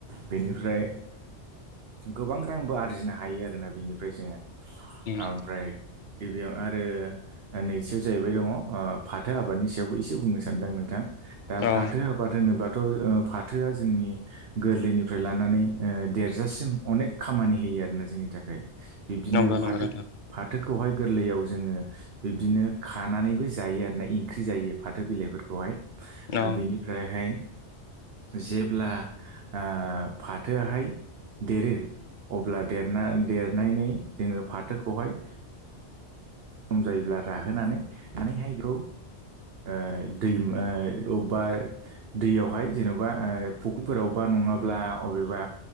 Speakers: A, on the right; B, on the left.
A: बेनिफ्राय गोबां रांबो आरजिनो हायो आरोना बेनिफ्राय जोङो।
B: उम
A: ओमफ्राय गिबियाव आरो नैथियाव जाहैबाय दङ ओ फाथो आबादनि सायावबो एसे बुंनो सानदों आं नोंथां। दा
B: अ
A: फाथो आबाद होनोबा थ' फाथोआ जोंनि गोरलैनिफ्राय लानानै ओ देरजासिम अनेक खामानि होयो आरोना जोंनि थाखाय। बिब्दिनो
B: नंगौ
A: फाथो
B: नंगौ नोंथां
A: फाथोखौहाय गोरलैयाव जोङो बिब्दिनो खानानैबो जायो आरोना ओंख्रि जायो फाथो बिलाइ फोरखौहाय।
B: अ
A: बेनिफ्रायहाय जेब्ला ओ फाथोआहाय देरो अब्ला देरना देरनानै जोङो फाथोखौहाय सम जायोब्ला राहोनानै मानेहाय बेखौ ओ दै ओ अबेबा दैयावहाय जेन'बा ओ फुख्रिफोराव बा नङाब्ला अबेबा